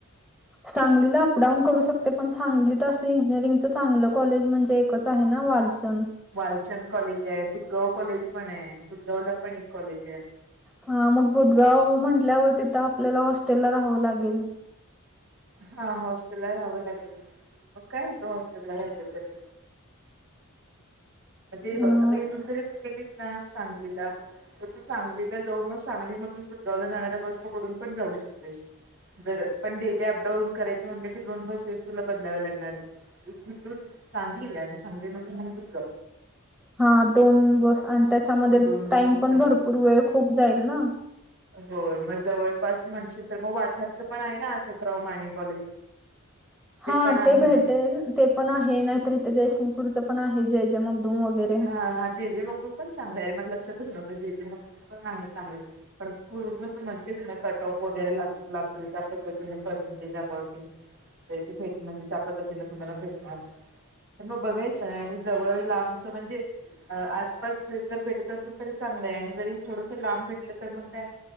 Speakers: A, in the centre; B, on the right.
A: सांगलीला अपडाऊन करू शकते पण, सांगलीत असं इंजिनिअरिंगच चांगलं कॉलेज म्हणजे एकच. आहे ना वालचंद.
B: वालचंद कॉलेज आहे, बुदगाव कॉलेज पण आहे. बुदगाव ला पण एक कॉलेज आहे.
A: हा मग बुदगाव, म्हंटल्यावर तिथं आपल्याला हॉस्टेला राहावं लागेल.
B: हा हॉस्टेला राहावं लागेल, मग काय होतं हॉस्टेला राहिलं तरी. म्हणजे हे बघ,
A: अ
B: आता इथून जरी तू गेलीस ना सांगलीला. तर तू सांगलीला जाऊन मग, सांगली मधून बुदगाव ला जाणाऱ्या बस पकडून पण जाऊ शकतेस. जर पण डेली अपडाऊन करायच म्हटलं की, दोन बसेस तुला बदलाव्या लागणार. इथून सांगली, आणि सांगली मधून मग बुदगाव.
A: हा दोन बस, आणि त्यांच्यामध्ये
B: दोन बसेस
A: टाईम पण भरपूर वेळ खूप जाईल ना.
B: हो, मग जवळपास म्हणशील तर मग, वाठारचं पण आहे ना अशोकराव माने कॉलेज.
A: <inaudible> हा
B: पण आहे
A: ते भेटेल ते पण आहे, नाहीतर इथं जयसिंगपूरचं पण आहे जे. जे. मगदूम वगैरे.
B: हा हा, जे. जे. मगदूम. पण चांगलेय माझ्या लक्षातच नव्हतं जे. जे. मगदूम. पण आहे चांगल. पण तु असं म्हणतेस ना कट ऑफ वगैरे ला, लागतोय त्या पद्धतीने पर्सेंटेज अबाउटिंग. त्यांची भेट, म्हणजे त्या पद्धतीने तुम्हाला भेटणार. तर मग बघायचंय, आणि जवळ लांबचं म्हणजे आसपास जर भेटत असेल तरी चांगलंय, आणि जरी थोडस लांब भेटलं तर मग काय.